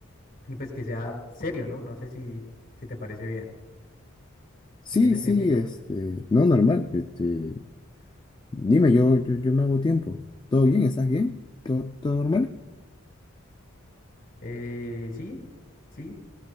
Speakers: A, on the left (about 40°); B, on the left (about 20°).
A: y pues que sea serio, ¿no? No sé si, si te parece bien,
B: Sí,
A: si tienes
B: sí,
A: tiempito.
B: este, no, normal. Este, dime, yo, yo, yo me hago tiempo. ¿Todo bien? ¿Estás bien? ¿Todo, todo normal?
A: Eh, sí, sí.